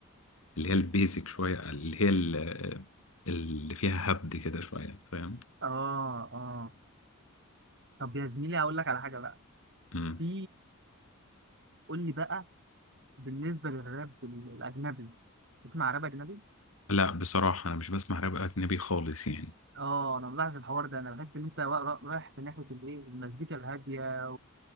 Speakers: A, on the left (about 70°); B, on the right (about 55°).
A: اللي هي البيزك شويه اللي هي ال- اللي فيها هبد كده شويه فاهم
B: اه اه طب يا زميلي هقول لك على حاجه بقى
A: مم.
B: في قول لي بقى بالنسبه للراب ال- الاجنبي اسمع راب اجنبي
A: لا بصراحه انا مش بسمع راب اجنبي خالص يعني
B: اه انا ملاحظ الحوار ده انا بحس ان انت وا- را- رايح في ناحيه الايه المزيكا الهاديه